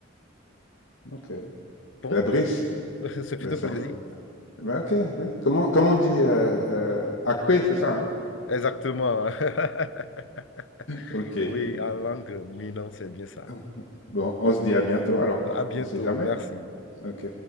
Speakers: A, on the left; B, on the left.
A: ok.
B: bon,
A: Ben, Brice,
B: <laughs> ce fut
A: ben,
B: un
A: ça
B: plaisir.
A: m- ben, ok, oui. Comment, comment on dit euh, euh, Akpé, c'est ça, hein?
B: Exactement. <laughs>
A: Ok.
B: Oui,
A: Bon,
B: en langue minant, c'est bien ça.
A: <laughs> bon, on se dit à bientôt alors.
B: À bientôt,
A: On sait jamais.
B: merci.
A: Ok.